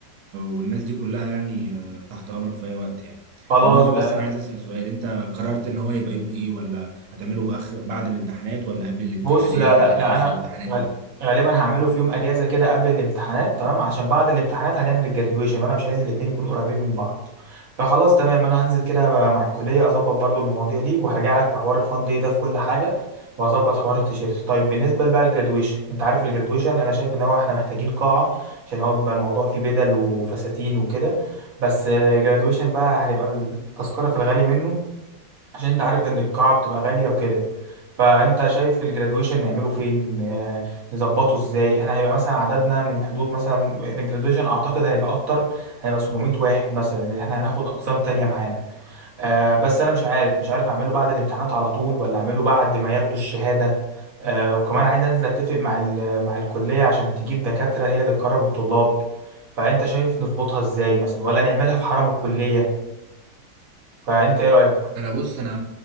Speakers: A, on the right; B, on the right.
A: والناس دي كلها يعني آه، تحت امرك في اي وقت يعني
B: خلاص
A: المهم
B: ده
A: بس انا عايز اسال سؤال انت قررت ان هو يبقى يوم ايه ولا هتعمله اخر بعد الامتحانات ولا قبل الامتحانات
B: بص لا لا
A: ولا
B: لا
A: في نص
B: انا
A: الامتحانات
B: غال-
A: ولا
B: غالبا هعمله في يوم اجازه كده قبل الامتحانات تمام عشان بعد الامتحانات هنعمل الجرادويشن وانا مش عايز الاتنين يكونوا قريبين من بعض فخلاص تمام انا هنزل كده مع الكليه اظبط برضو المواضيع دي وهرجع لك في حوار الفان دي ده في كل حاجه وهظبط حوار التيشيرت طيب بالنسبه بقى للجرادويشن انت عارف الجرادويشن انا شايف ان هو احنا محتاجين قاعه عشان هو بيبقى الموضوع فيه بدل وفساتين وكده بس الجرادويشن بقى هتبقى التذكره في الغالي منه عشان انت عارف ان القاعه بتبقى غاليه وكده فانت شايف الجرادويشن نعمله فين آه، نظبطه ازاي احنا هيبقى مثلا عددنا من حدود مثلا في الجرادويشن اعتقد هنبقى اكتر هنبقى 700 واحد مثلا لان احنا هناخد اقسام تانية معانا آه، بس انا مش عارف مش عارف اعمله بعد الامتحانات على طول ولا اعمله بعد ما ياخدوا الشهادة آه، وكمان عايز انزل اتفق مع ال- مع الكلية عشان تجيب دكاترة هي اللي تكرم الطلاب فانت شايف نظبطها ازاي مثلا ولا نعملها في حرم الكلية فانت ايه رأيك
A: انا بص انا